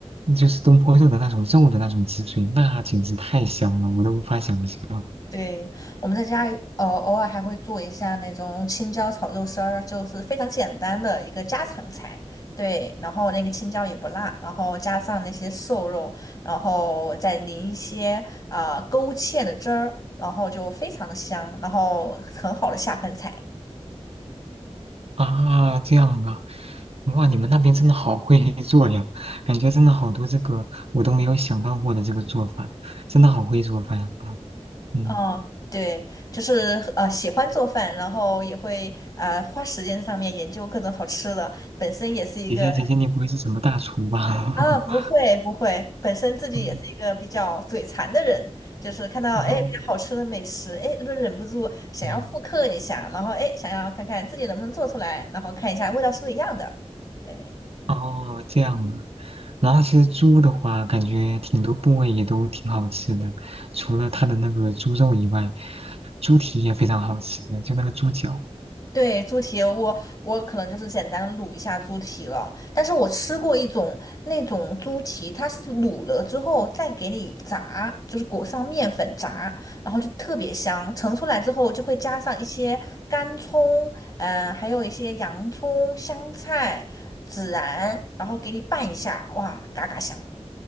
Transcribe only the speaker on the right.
就是东坡肉的那种肉的那种汁水，那简直太香了，我都无法想象。
啊，这样啊，哇，你们那边真的好会 <laughs> 做呀，感觉真的好多这个我都没有想到过的这个做法，真的好会做饭啊。嗯，
姐姐姐姐，你不会是什么大厨吧？
<laughs>
嗯
哦，
嗯，
哦，这样啊。然后其实猪的话，感觉挺多部位也都挺好吃的，除了它的那个猪肉以外，猪蹄也非常好吃，就那个猪脚